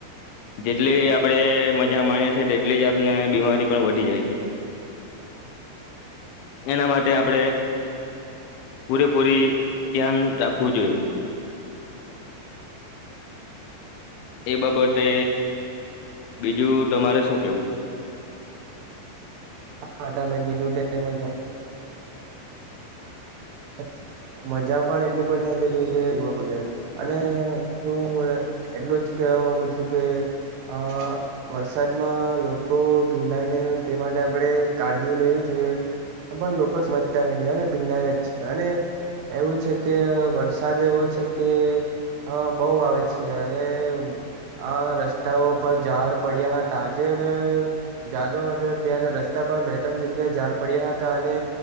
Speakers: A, on the left; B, on the right.
A: જેટલી આપણેે મજા માણીએ છીએ તેટલી જ આપને બીમારી પણ વધી જાય છે. એના માટે આપડે પૂરેપૂરી ધ્યાન રાખવું જોઈએ એ બાબતે બીજું તમારે શું કેવું.
B: હામેં કીધું ટમ <inaudible> મજા પણ એટલી બનેલી છે પગ અને હું એટલું જ કેહેવા માંગુ છું કે અ વરસાદમાં લોકો ભીનાય નહી હોય તે માટે આપડે કાળજી લેવી જોઈએ પણ લોકો સમજતા નથી અને ભિન્ન જ છે અને એવું છે કે વરસાદ એવો છે કે હા બહુ આવે છે અને આ રસ્તાઓ પર ઝાડ પડ્યા હતા આજે અમે જાતો હતો ત્યારે રસ્તા રસ્તા પર બે ત્રણ જગ્યા ઝાડ પડ્યા હતા અને